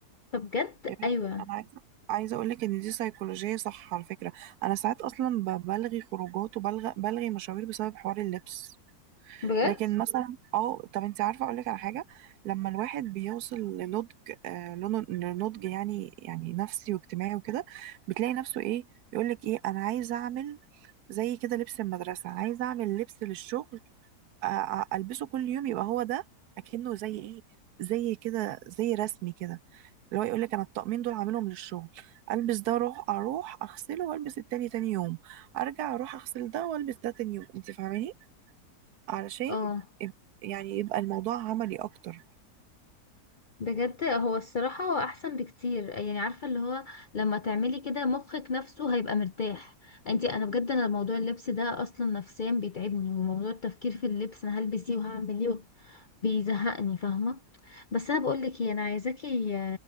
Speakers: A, on the left; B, on the right.
A: فبجد
B: يا بنتي
A: ايوه
B: انا عايزه عايزه اقول لك ان دي سيكولوجيه صح على فكره انا ساعات اصلا ب- بلغي خروجات وبلغي بلغي مشاوير بسبب حوار اللبس
A: بجد
B: لكن مثلا اه طب انت عارفه اقول لك على حاجه لما الواحد بيوصل لنضج آه لن- لنضج يعني يعني نفسي واجتماعي وكده بتلاقي نفسه ايه يقول لك ايه انا عايز اعمل زي كده لبس المدرسه عايز اعمل لبس للشغل آه البسه كل يوم يبقى هو ده اكنه زي ايه زي كده زي رسمي كده اللي هو يقول لك انا الطقمين دول عاملهم للشغل البس ده اروح اروح اغسله والبس التاني تاني يوم ارجع اروح اغسل ده والبس ده تاني يوم انت فاهماني علشان
A: اه
B: يب- يعني يبقى الموضوع عملي اكتر
A: بجد هو الصراحة هو أحسن بكتير يعني عارفة اللي هو لما تعملي كده مخك نفسه هيبقى مرتاح انتي أنا بجد أنا موضوع اللبس ده أصلا نفسيا بيتعبني وموضوع التفكير في اللبس أنا هلبس ايه وهعمل ايه بيزهقني فاهمة بس أنا بقولك ايه أنا عايزاكي